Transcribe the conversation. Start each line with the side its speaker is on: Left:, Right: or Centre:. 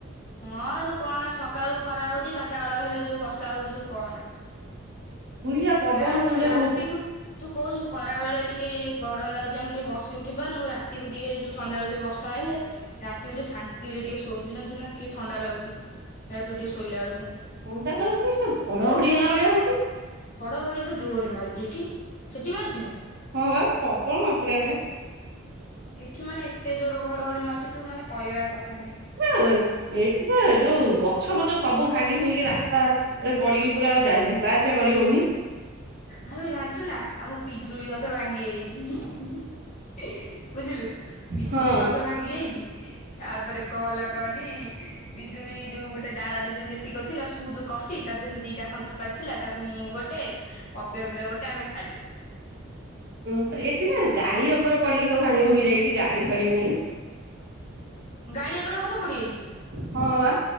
Left: ହଁ ତୁ କହନା ସକାଳୁ ଖରା ହଉଚି ଚାରିଟା ବେଳ ହେଲେ ଯୋଉ ବର୍ଷା ହଉଚି ତୁ କହନା।
Right: ଧୁଳିଆ ପବନ
Left: ରା
Right: ଯୋଉ
Left: ରାତିକୁୁ ତୁ କହୁଚୁ ଖରା ବେଳେ ଟିକେ ଟିକେ ଗରମ ଲାଗୁଛି ଆମେ ଟିକେ ବସି ଉଠି ପାରୁନୁ ରାତିକୁ ଟିକେ ଯୋଉ ସନ୍ଧ୍ୟାବେଳ ଟିକେ ବର୍ଷା ହେଲେ ରାତିକୁ ଟିକେ ଶାନ୍ତିରେ ଟିକେ ଶୋଉଚୁ ଜାଣିଚୁନା ଟିକେ ଥଣ୍ଡା ଲାଗୁଚି ରାତିକୁ ଟିକେ ଶୋଇଲା ବେଳକୁ।
Right: ଥଣ୍ଡା ଲାଗୁଛି ସେ ଘଡଘଡି ହେଲା ଭଳିଆ ହଉଛି
Left: ଘଡ଼ଘଡ଼ି ବା ଜୋରେ ମାରୁଚି ଏଠି ସେଠି ମାରୁଚି ନା?
Right: ହଁ ବା ସବଳ ମାତ୍ରାରେ ବା।
Left: ଏଠି ମାନେ ଏତେ ଜୋର ଘଡଘଡି ମାରୁଚି ତୁ ମାନେ କହିବାର କଥା ନାଇଁ
Right: ସେ ଏଠି ପା ଯୋଉ ଗଛ ଫଛ ସବୁ ସବୁ ଭାଙ୍ଗି ଭୁଙ୍ଗିକି ରାସ୍ତା ରେ ପଡିକି ପୁରା ଆଉ ଯାଇ ଆଉ ଯିବା ଆସିବା କରି ହଉନି
Left: ଆବେ ଜାଣିଚୁ ନା ଆମ ପିଜୁଳି ଗ ଛ ଭାଙ୍ଗି ଯାଇଚି ଚି ବୁଝିଲୁ? ପିଜୁଳି
Right: ହଁ
Left: ଗଛ ଭାଙ୍ଗି ଯାଇଚି ତାପରେ କଲା ଗନି ପିଜୁଳି ଯୋଉ ଗୋଟେ ଡାଳରେ ଯଉ ଯେତିକ ଥିଲା ସୁଦ କଷି ତା ଦେହରେ ଦିଟା ଖଣ୍ଡର ପାଚ ଥିଲା ତାକୁ ମୁଁ ଗୋଟେ ପେ ପପିବାରେ ଗୋଟେ ଆମେ ଖାଇଲୁ।
Right: ଓହ ଏଥିବା ଗାଡି ଅ ଉପରେ ପଡିକି ସବୁ ଭାଙ୍ଗି ଭୁଙ୍ଗି ଯାଇଛି ଗାଡି ଫାଡି ନାହିଁ।
Left: ଗାଡି ଉପରେ ଗଛ ପଡିଯାଇଚି।
Right: ହଁ ବା